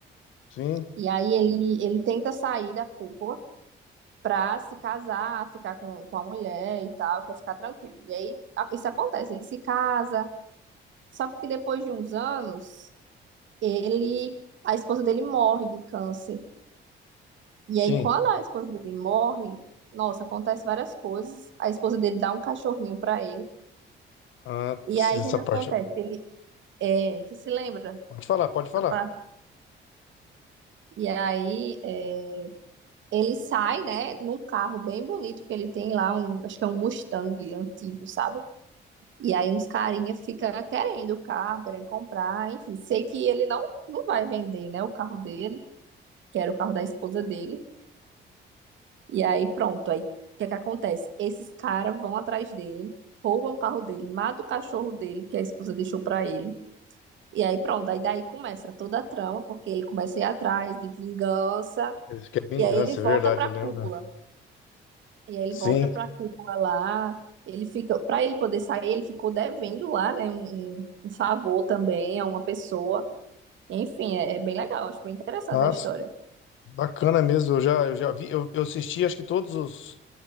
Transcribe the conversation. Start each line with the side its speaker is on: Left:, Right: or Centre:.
Left: sim,
Right: E aí ele, ele tenta sair da cúpula, pra se casar, ficar com, com a mulher e tal, quer ficar tranquilo. E aí a- isso acontece, ele se casa, só que depois de uns anos, ele, a esposa dele morre de câncer. E
Left: sim.
Right: aí quando a esposa dele morre, nossa, acontece várias coisas. A esposa dele dá um cachorrinho pra ele.
Left: Antes
Right: E aí
Left: dessa
Right: o que é que
Left: parte.
Right: acontece? Ele, é, você se lembra
Left: Pode falar, pode
Right: dessa
Left: falar.
Right: parte? E aí é, ele sai, né, num carro bem bonito que ele tem lá, um, acho que é um Mustang antigo, sabe? E aí uns carinha fica querendo o carro, querendo comprar, enfim, sei que ele não não vai vender, né, o carro dele, que era o carro da esposa dele. E aí pronto, aí o que é que acontece? Esses caras vão atrás dele, roubam o carro dele, matam o cachorro dele que a esposa deixou pra ele. E aí pronto, aí daí começa toda a trama, porque ele começa a ir atrás de vingança,
Left: Eles querem vingança,
Right: e aí ele volta
Left: é verdade,
Right: pra
Left: eu
Right: cúpula.
Left: lembro.
Right: E aí ele
Left: Sim.
Right: volta para Cuba lá. Ele fica, para ele poder sair, ele ficou devendo lá, né, um, um um favor também a uma pessoa. Enfim, é, é bem legal, acho bem interessante
Left: Nossa,
Right: a história.
Left: bacana mesmo. Eu já, eu já vi, eu, eu assisti acho que todos os,